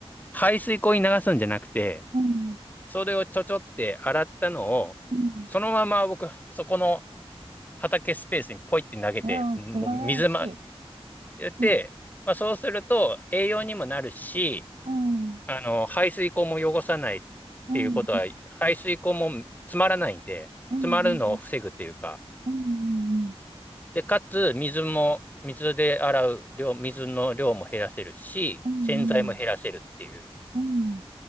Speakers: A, on the left; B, on the right.
A: 排水溝に流すんじゃなくて、
B: うん。
A: それをちょちょって洗ったのを、
B: うん
A: そのまま僕、そこの畑スペースにポイって投げて、
B: わあ、
A: もう水ま、
B: 素晴らしい。
A: やって、
B: うん。
A: まあそうすると栄養にもなるし、
B: うん。
A: あの、排水溝も汚さないっていうことは、
B: うん。
A: 排水溝も詰まらないんで、
B: うん。
A: 詰まるのを防ぐというか、
B: うん。
A: で、かつ、水も、水で洗う量、水の量も減らせるし、
B: うん。
A: 洗剤も減らせるっていう
B: うん。